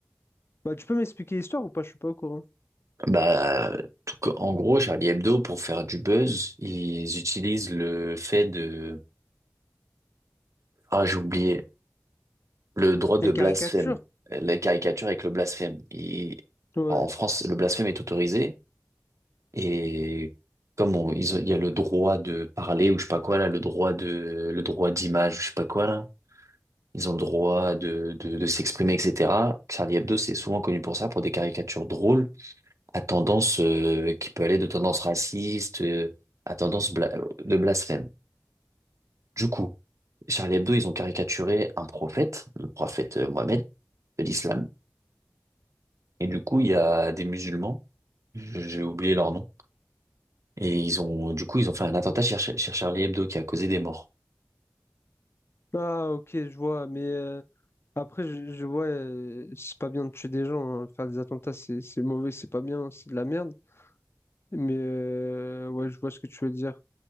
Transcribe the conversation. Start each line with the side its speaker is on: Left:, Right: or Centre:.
Left: Bah, tu peux m'expliquer l'histoire ou pas? Je suis pas au courant.
Right: Bah, tout co- en gros, Charlie Hebdo, pour faire du buzz, ils utilisent le fait de... Ah, j'ai oublié. Le droit de
Left: Les
Right: blasphème.
Left: caricatures.
Right: La caricature avec le blasphème. Ils-
Left: Ouais.
Right: En France, le blasphème est autorisé. Et comme on- ils ont- il y a le droit de parler ou je sais pas quoi, là, le droit de, le droit d'image ou je sais pas quoi, là. Ils ont le droit de, de, de s'exprimer, etc. Charlie Hebdo, c'est souvent connu pour ça, pour des caricatures drôles à tendance euh, qui peut aller de tendance raciste euh, à tendance bla- de blasphème. Du coup, Charlie Hebdo, ils ont caricaturé un prophète, le prophète euh, Mohammed de l'islam. Et du coup, il y a des musulmans, je- j'ai oublié leur nom, et ils ont, du coup, ils ont fait un attentat chez, chez Charlie Hebdo qui a causé des morts.
Left: Ah, ok, je vois, mais euh, après, je, je vois, euh, c'est pas bien de tuer des gens, hein. Faire des attentats, c'est c'est mauvais, c'est pas bien, c'est de la merde. Mais euh, ouais, je vois ce que tu veux dire.